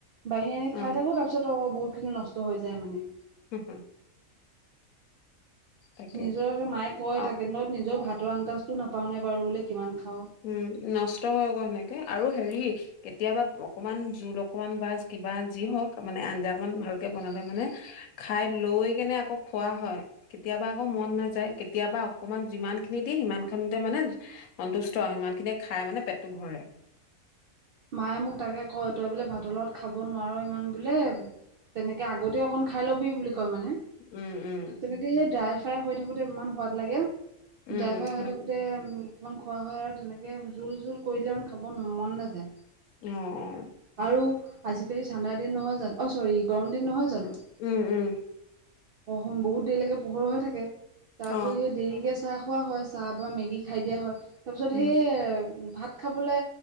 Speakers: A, on the right; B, on the left.
A: বাঢ়ি আনি
B: অ
A: খাই থাকোঁ তাৰপিছত অ', বহুত খিনি নষ্ট হৈ যায় মানে।
B: হু-হু। তাকে
A: নিজৰ সেই মায়ে কয়
B: অ
A: তাকে ন' নিজৰ ভাতৰ আন্দাজটো নাপাওঁ নে বাৰু বোলে কিমান খাওঁ।
B: হুম, নষ্ট হয় আকৌ সেনেকে। আৰু হেৰি কেতিয়াবা অকণমান জোল অকমান বা কিবা যি হওঁক মানে আঞ্জা অকণমান ভালকে বনালে মানে খাই লৈ কিনে আকৌ খোৱা হয়। কেতিয়াবা আকৌ মন নাযায়, কেতিয়াবা অকণমান যিমান খিনি দিয়ে সিমান খিনিতে মানে সন্তুষ্ট সিমান খিনিয়ে খাই মানে পেটটো ভৰে।
A: মায়ে মোক তাকে কয় তই বোলে ভাতৰ লগত খাব নোৱাৰ ইমান বোলে তেনেকে আগতে অকণ খাই ল'বি বুলি কয় মানে।
B: উম উম
A: তেনেকে সেই ড্ৰাই-ফ্ৰাই হৈ থাকোতে ইমান সোৱাদ লাগে।
B: উম
A: ড্ৰাইফাই
B: সেনেকে
A: হয় থাকোতে উম অকণমান খোৱা হয় আৰু তেনেকে জোল-চোল কৰিলে ইমান খাব মন নাযায়।
B: অ', অ'।
A: আৰু আজিকালি ঠাণ্ডা দিন নহয় জানোঁ, অ', চৰি গৰম দিন নহয় জানোঁ?
B: উম উম
A: পোহৰ বহুত দেৰিলৈকে পোহৰ হৈ থাকে। তাৰ
B: অ
A: পিছত সেই দেৰিকে চাহ খোৱা হয়, চাহ বা মেগি খাই দিয়া হয়। তাৰ পিছত
B: উম
A: সেই ভাত খাবলে